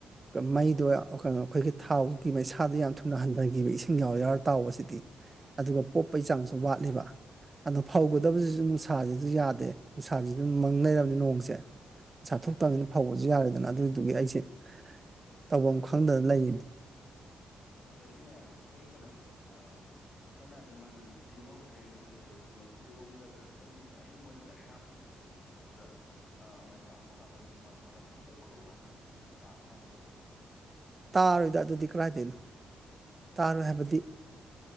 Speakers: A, on the right; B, on the left.
A: ꯃꯩꯗꯣ ꯑꯈꯣꯏꯅ ꯑꯈꯣꯏꯒꯤ ꯊꯥꯎꯒꯤ ꯃꯩꯁꯥꯗꯨ ꯌꯥꯝ ꯊꯨꯅ ꯍꯟꯗꯒꯤꯕ ꯏꯁꯤꯡ ꯌꯥꯎꯔ ꯌꯥꯎꯔ ꯇꯥꯎꯕꯁꯤꯗꯤ ꯑꯗꯨꯒ
B: ꯎꯝ
A: ꯄꯣꯛꯄꯩ ꯆꯥꯡꯁꯨ ꯋꯥꯠꯂꯤꯕ ꯑꯗꯣ ꯐꯧꯒꯗꯕꯁꯤꯖꯨ ꯅꯨꯡꯁꯥꯖꯤꯖꯨ ꯌꯥꯗꯦ ꯅꯨꯡꯁꯥꯖꯤꯖꯨ ꯃꯪ ꯂꯩꯔꯝꯅꯤ ꯅꯣꯡꯁꯦ ꯆꯥꯊꯣꯛ
B: ꯎꯝ
A: ꯇꯖꯤꯟ ꯍꯧꯕꯖꯨ ꯌꯥꯔꯦꯗꯅ ꯑꯗꯨꯗꯨꯒꯤ ꯑꯩꯁꯦ ꯇꯧꯕꯝ ꯈꯪꯗꯅ ꯂꯩꯔꯤꯅꯤ
B: ꯑꯗꯒꯤꯅꯦ ꯑꯈꯣꯏ ꯀꯩꯅꯣꯗꯣ ꯑ ꯁꯝꯅ ꯍꯥꯏꯕꯗ ꯃꯥꯡꯒꯟꯖꯦ ꯇꯤꯡꯍꯧꯗ꯭ꯔꯦꯡ ꯈꯜꯂꯖꯦꯕ ꯁꯨꯝ ꯂꯐꯨ ꯏꯔꯣꯝꯗꯒ ꯍꯥꯞꯆꯤꯟꯒꯤꯕꯖꯦ ꯑꯍꯤꯡꯕ ꯑꯣꯏꯅ ꯗꯥꯏꯔꯦꯛ ꯍꯥꯞꯈꯤꯕꯖꯦ ꯑꯗꯨꯗ ꯑ ꯃꯥꯏ ꯀꯥꯝꯊꯣꯛꯀꯥꯟꯗ ꯑꯗꯨꯝ ꯃ ꯃꯒꯟ ꯑꯄꯣꯛꯄꯒꯤ ꯑꯗꯨꯃꯥꯏꯅꯗꯤ ꯇꯥꯕ ꯉꯝꯗꯕ꯭ꯔ
A: ꯇꯥꯔꯣꯏꯗ ꯑꯗꯨꯗꯤ ꯀꯗꯥꯥꯏꯗꯅꯣ ꯇꯥꯔꯣꯏ ꯍꯥꯏꯕꯗꯤ